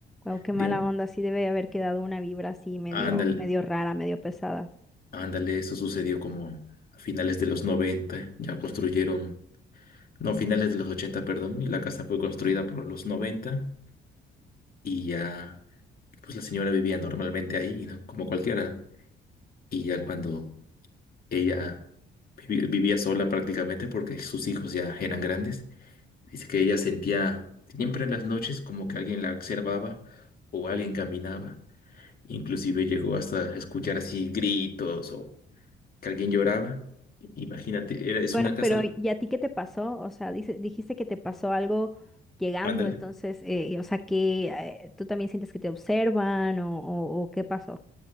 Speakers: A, in the centre; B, on the left.
A: wow, qué
B: digo,
A: mala onda. Sí debe haber quedado una vibra así medio,
B: ándale,
A: medio rara, medio pesada.
B: ándale, eso sucedió como a finales de los 90 ya construyeron, no, finales de los 80 perdón, y la casa fue construida por los 90 y ya, pues la señora vivía normalmente ahí, ¿no? Como cualquiera. Y ya cuando ella vivi- vivía sola prácticamente porque sus hijos ya eran grandes, dice que ella sentía siempre en las noches como que alguien la observaba o alguien caminaba. Inclusive llegó hasta a escuchar así gritos o que alguien lloraba. Imagínate, era, es
A: Bueno,
B: una casa,
A: pero
B: al-
A: ¿y a ti qué te pasó? O sea, dice- dijiste que te pasó algo llegando,
B: ándale.
A: entonces, eh, o sea, que eh, tú también sientes que te observan o, o o qué pasó?